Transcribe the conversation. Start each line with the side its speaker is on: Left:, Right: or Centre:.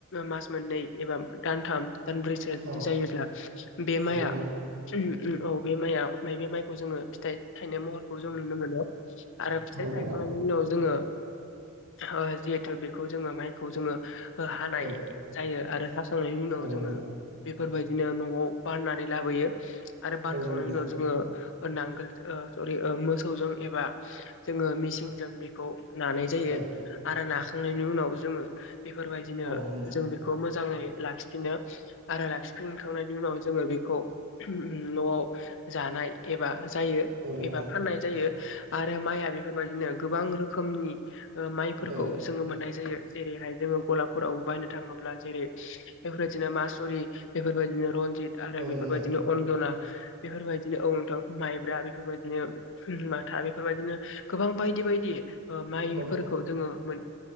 Left: मास मोननै एबा दानथाम दानब्रैसो जुदि
Right: औ
Left: जायोब्ला बे
Right: नंगौ
Left: माइआ
Right: नोंथां
Left: उम औ बे माइआ बे माइखौ जोङो फिथाइ थाइनाय महरखौ जों नुनो मोनो आरो फिथाइ
Right: औ नोंथां
Left: थायखांनायनि उनाव जोङो ओ जिहेथु बेखौ जोङो माइखौ जोङो ओ हानाय
Right: औ
Left: जायो खांनायनि उनाव
Right: औ नोंथां
Left: जोङो बेफोरबायदिनो न'आव बाननानै लाबोयो आरो बानखांनायनि
Right: औ नंगौ नोंथां
Left: उनाव जोङो ओ नांगोल ओ सरि मोसौजों एबा जोङो मिसिनजों बेखौ नानाय जायो
Right: औ
Left: आरो नाखांनायनि उनाव जोङो बेफोरबायदिनो
Right: औ नंगौ
Left: जों
Right: नोंथां
Left: बेखौ मो जाङै लाखिफिनो आरो लाखिफिनखांनायनि उनाव जोङो बेखौ न'आव जानाय एबा जायो
Right: औ नंगौ नोंथां
Left: एबा फाननाय जायो आरो माइआ बेफोरबायदिनो गोबां रोखोमनि ओ माइफोरखौ
Right: औ
Left: जोङो मोननाय जायो जेरैहाय जोङो गलाबफोरावबो बायनो थाङोब्ला जेरै बेफोरबायदिनो मासुरि बेफोरबायदिनो रनजित आरो
Right: औ
Left: बेफोरबायदिनो
Right: नंगौ नोंथां
Left: अनन्दना बेफोरबायदिनो औ नोंथां माइब्रा बेफोरबायदिनो माथा बेफोरबायदिनो गोबां बायदि बायदि ओ माइफोरखौ
Right: औ
Left: जोङो मोन